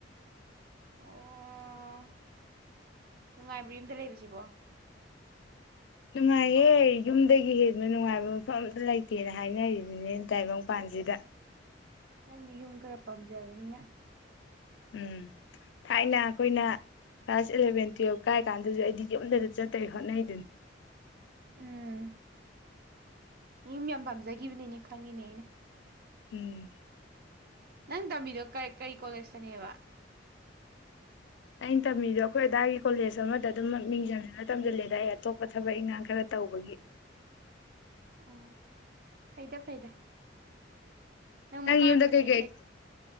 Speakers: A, on the right (about 55°); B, on the left (about 70°).
A: ꯑꯣ꯫ ꯅꯨꯡꯉꯥꯏꯕ꯭ꯔꯣ ꯌꯨꯝꯗ ꯂꯩꯕꯁꯤꯕꯣ꯫
B: ꯅꯨꯡꯉꯥꯏꯌꯦ ꯌꯨꯝꯗꯒꯤ ꯍꯦꯟꯕ ꯅꯨꯡꯉꯥꯏꯕ ꯃꯐꯝ ꯑꯝꯇ ꯂꯩ꯫ ꯇꯦꯅ ꯍꯥꯏꯅꯔꯤꯗꯨꯅꯦ ꯇꯥꯏꯕꯪ ꯄꯥꯟꯁꯤꯗ꯫
A: ꯅꯪꯗꯤ ꯌꯨꯝ ꯈꯔ ꯄꯥꯝꯖꯕꯅꯤꯅ꯫
B: ꯎꯝ ꯊꯥꯏꯅ ꯑꯩꯈꯣꯏꯅ ꯀ꯭ꯂꯥꯁ ꯏꯂꯚꯦꯟ ꯇ꯭ꯋꯦꯜꯕ ꯀꯥꯏ ꯀꯥꯟꯗꯁꯨ ꯑꯩꯗꯤ ꯌꯨꯝꯗꯗ ꯆꯠꯇꯣꯏ ꯍꯣꯠꯅꯩꯗꯨꯅꯤ꯫
A: ꯎꯝ ꯌꯨꯝ ꯌꯥꯝ ꯄꯥꯝꯖꯈꯤꯕꯅꯤꯅꯦ ꯈꯪꯉꯤꯅꯦ ꯑꯩꯅ꯫
B: ꯎꯝ꯫
A: ꯅꯪ ꯇꯝꯃꯤꯗꯣ ꯀ ꯀꯩ ꯀꯣꯂꯦꯖꯇꯅꯦꯕ꯫
B: ꯑꯩꯅ ꯇꯝꯃꯤꯗꯣ ꯑꯈꯣꯏ ꯑꯗꯥꯏꯒꯤ ꯀꯣꯂꯦꯖ ꯑꯃꯗ ꯑꯗꯨꯝꯃꯛ ꯃꯤꯡ ꯆꯟꯖꯜꯂ ꯇꯝꯖꯜꯂꯦꯗ ꯑꯩ ꯑꯇꯣꯞꯄ ꯊꯕꯛ ꯏꯪꯈꯥꯡ ꯈꯔ ꯇꯧꯕꯒꯤ꯫
A: ꯑꯣ ꯐꯩꯗ ꯐꯩꯗ꯫ ꯅꯪ ꯃꯈꯥ
B: ꯌꯨꯝꯗ
A: ꯀꯀꯩ
B: ꯀꯩꯀꯩ
A: ꯀꯩ